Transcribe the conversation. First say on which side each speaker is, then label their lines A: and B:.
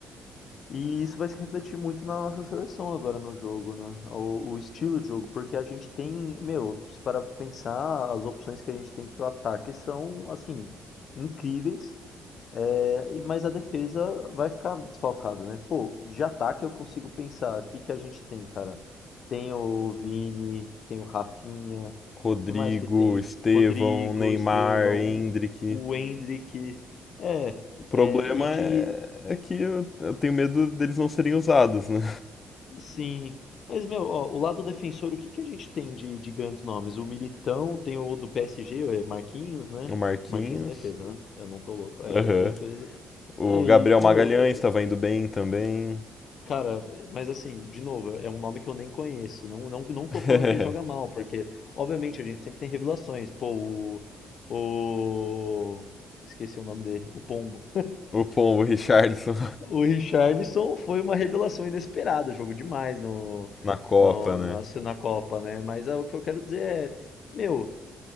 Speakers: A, on the left (about 60°); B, on the left (about 35°).
A: E isso vai se refletir muito na nossa seleção agora no jogo, né? O, o estilo de jogo, porque a gente tem, meu, se parar pra pensar, as opções que a gente tem pro ataque são, assim, incríveis, é, e- mas a defesa vai ficar desfalcada, né? Pô, de ataque eu consigo pensar aqui que a gente tem, cara. Tem o Vini, tem o Rafinha,
B: Rodrigo,
A: que mais que tem?
B: Estevão,
A: Rodrigo,
B: Neymar,
A: Estevão,
B: Hendrick.
A: o, o Endrick. É,
B: O problema
A: é, e de
B: é, é que eu, eu tenho medo deles não serem usados, né?
A: Sim, mas meu, ó, o lado defensor, o que que a gente tem de, de grandes nomes? O Militão, tem o do PSG, é Marquinhos, né?
B: O Marquinhos.
A: Marquinhos é defesa, né? Eu não tô louco, é,
B: Aham.
A: ele é de defesa.
B: O
A: É,
B: Gabriel
A: e, meu,
B: Magalhães
A: é-
B: tava indo bem também.
A: cara, é- mas assim, de novo, é um nome que eu nem conheço. Não, não, não tô
B: <laughs>
A: falando que ele joga mal, porque, obviamente, a gente sempre tem revelações. Pô, o, o... Esqueci o nome dele, o Pombo.
B: o Pombo Richarlison
A: O Richarlison foi uma revelação inesperada, jogou demais no,
B: <laughs> na Copa,
A: no,
B: né?
A: na, na Copa, né? Mas é, o que eu quero dizer é, meu,